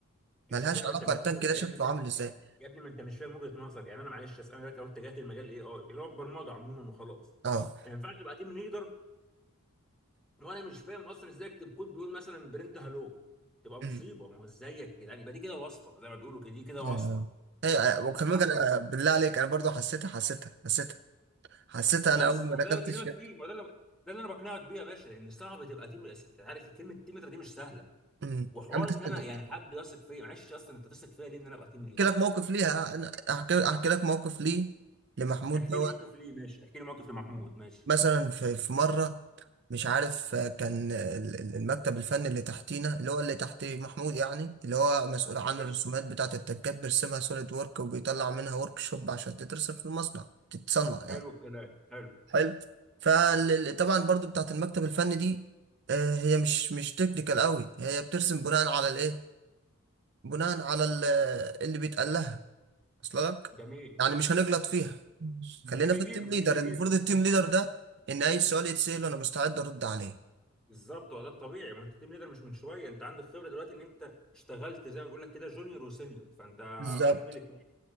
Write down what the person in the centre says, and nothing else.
يا
سيدنا
ما انت مش
فاهم وجهة-
يا ابني ده
يا ابني ما انت مش فاهم وجهه نظر يعني انا معلش أصل انا دلوقتي لو اتجهت لمجال الاي اي اللي هو برمجه عموما وخلاص
ما ينفعش تبقى تيم ليدر وانا مش فاهم اصلا ازاي اكتب كود بيقول مثلا برنت هالو تبقى
مصيبه ما هو ازاي يا جدعان يبقى دي كده واسطه زي ما بيقولوا كده دي كده
واسطه
صح
بس
ما
هو ده
اللي بكلمك
فيه ما هو ده اللي ده اللي انا بقنعك بيه يا باشا لان صعب تبقى تيم الاساسي عارف كلمه تيم ليدر دي مش سهله
وحوار
ان انا يعني حد يثق فيا معلش اصلا انت تثق فيا ليه ان انا ابقى تيم
ليدر
احكي
لي موقف ليه ماشي احكي لي موقف لمحمود ماشي
ماشي
حلو الكلام حلو
جميل
اللي بيجي
له
اللي بيجي
له
بالظبط هو ده الطبيعي ما انت تيم ليدر مش من شويه انت عندك خبره دلوقتي ان انت اشتغلت زي ما بيقول لك كده جونيور وسينيور فانت
عديت بالاثنين